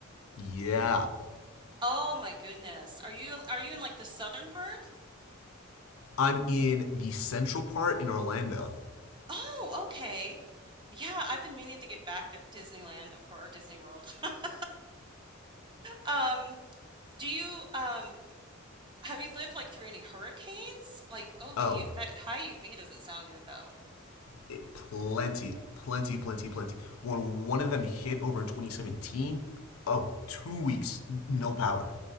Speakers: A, on the left; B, on the right.
A: Yeah.
B: Oh my goodness. Are you are you in like the southern part?
A: I'm in the central part in Orlando.
B: Oh, okay. Yeah, I've been meaning to get back there, Disneyland, of course, or Disney World. <laughs> Um, do you um have you lived like through any hurricanes? Like, oh,
A: Oh,
B: the U that high UV doesn't sound good though.
A: it, plenty, plenty, plenty, plenty. When one of them hit over in 2017, oh, two weeks, no power.